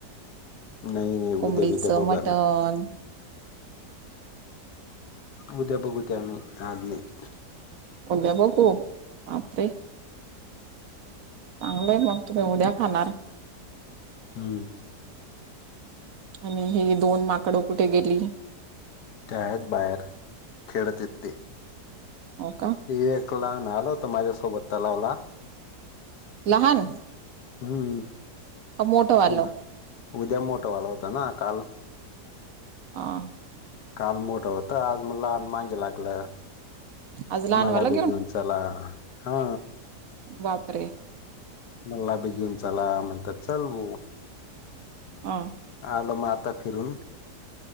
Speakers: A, on the left (about 75°); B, on the right (about 65°).
A: नाही नाही
B: कोंबडीचं
A: उद्या बिद्या बघू
B: मटण
A: आम्ही उद्या बघूत्या आम्ही आज नाही
B: ओद्या बघू मते चांगलंय मग तुे उद्या खाणार
A: हा
B: आणि हे दोन माकडं कुठे गेली
A: त्याळ बाहेर खेळत येत ते
B: हो का
A: ते एक लहान आलो तर माझ्यासोबत तलावला
B: लहान
A: हम्म
B: टमोटो आलो
A: उ उद्या मोठा वाला होता ना काल
B: ह
A: काल मोठं होतं आज मुला मागे लागलं
B: आज लहानवाला
A: मला बी घेऊन चला हा
B: वापरे
A: मल्ला बी घेऊन ला म्हणतात चचाल बो
B: ह
A: आलो मग आता फिरून